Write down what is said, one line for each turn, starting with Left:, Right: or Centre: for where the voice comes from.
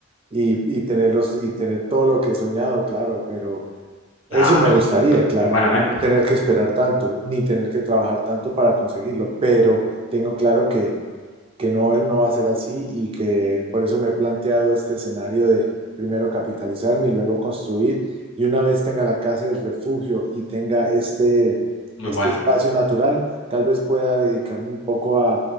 Right: y, y tenerlos y tener todo lo que he soñado, claro, pero eso
Left: claro.
Right: me gustaría, claro,
Left: Buena meta.
Right: y no tener que esperar tanto, ni tener que trabajar tanto para conseguirlo, pero tengo claro que que no, no va a ser así y que por eso me he planteado este escenario de primero capitalizarme y luego construir. Y una vez tenga la casa y el refugio y tenga este,
Left: Muy
Right: este
Left: bueno.
Right: espacio natural, tal vez pueda dedicarme un poco a,